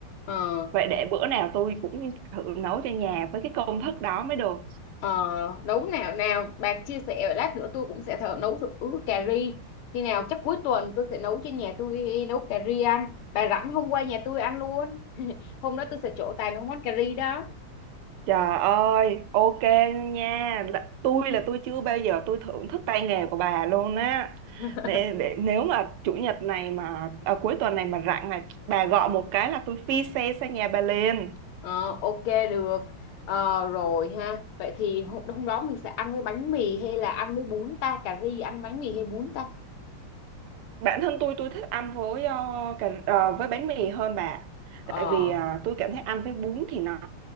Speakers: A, on the left (about 75°); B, on the right (about 80°).
A: ờ
B: vậy để bữa nào tôi cũng thử nấu cho nhà với cái công thức đó mới được
A: Ờ, nấu nào nào bà chia sẻ lát nữa tôi cũng sẽ thử nấu thử cà ri khi nào chắc cuối tuần tôi sẽ nấu cho nhà tôi nấu cà ri ăn bà rảnh hôm qua nhà tôi ăn luôn <laughs> hôm đó tôi sẽ trổ tài nấu món cà ri đó
B: trời ơi ok nha Đã- tôi là tôi chưa bao giờ tôi thưởng thức tay nghề của bà luôn á
A: <laughs>
B: để, để nếu mà chủ nhật này mà à, cuối tuần này mà rảnh này bà gọi một cái là tôi phi xe sang nhà bà liền
A: ờ, ok được ờ, rồi ha vậy thì hôm, hôm đó mình sẽ ăn với bánh mì hay là ăn với bún ta cà ri ăn bánh mì hay bún ta
B: bản thân tôi tôi thích ăn với ờ, cà, ờ, với bánh mì hơn bà
A: ờ
B: tại vì ờ, tôi cảm thấy ăn với bún thì nó,